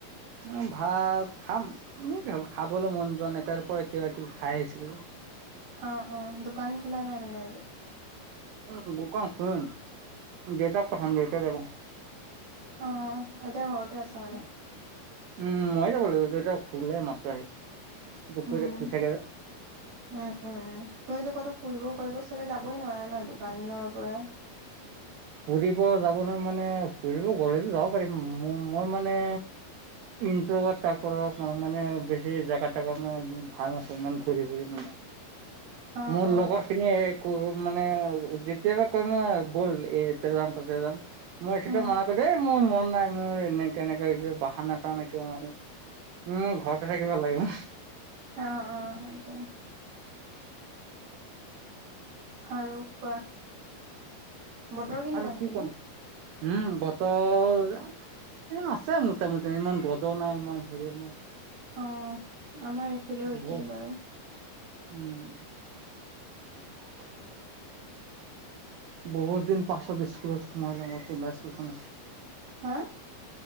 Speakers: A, on the right (about 90°); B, on the right (about 70°).
A: অ' ভাত খাম এনে খাবলৈ মন যোৱা নাই তাৰ পৰা কিবা-কিবি খাই আহিছিলোঁ যে।
B: অ' অ' দোকান খোলা নাই মানে আজি।
A: অ' দোকান খুলিম, দেউতাক পঠাম, দেউতা যাব।
B: অ' এতিয়া ঘৰতে আছা মানে।
A: উম' মই যাব লাগিব, দেউতা শুলে এই মাত্ৰ আহি। দুপৰীয়া
B: উম'
A: শুই থাকে যে।
B: উম' উম' তুমিতো কতো ফুৰিব কৰিব চালে যাবই নোৱাৰা ন, দোকানৰ পৰাই।
A: ফুৰিব যাবলৈ মানে ফুৰিব গ'লেতো যাব পাৰিম। মই মানে ইট তাৰপৰা মানে বেছি জেগা তেগা মই ভাল নাপাওঁ ইমান ঘূৰি ফুৰি মানে।
B: অ
A: মোৰ
B: অ
A: লগৰ খিনি কয় মানে যেতিয়াবা কয় ব'ল এ য'তে যাম তাতে যাম, মই সেইটো
B: উম
A: মানা কৰি দিওঁ এ মোৰ মন নাই। মোৰ এনেকে এনেকে কৰি বাহানা চাহানা কিবা মাৰিম, মই ঘৰতে থাকি ভাল লাগে ন।
B: অ' অ' হয়টো। আৰু কোৱা? বতৰ কেনেকুৱা
A: আৰু
B: সেইফালে
A: কি কম? উম বতৰ ইয় আছে মোটামুটি ইমান ৰ'দও নাই ইমান হেৰিও নাই।
B: অ আমাৰ এইফালেও একেই
A: বহুত
B: বাৰু।
A: উম। <inaudible>
B: <inaudible>
A: বহুত দিন পাছত স্কুলত সোমালো মই পুণা স্কুল খনত।
B: হা?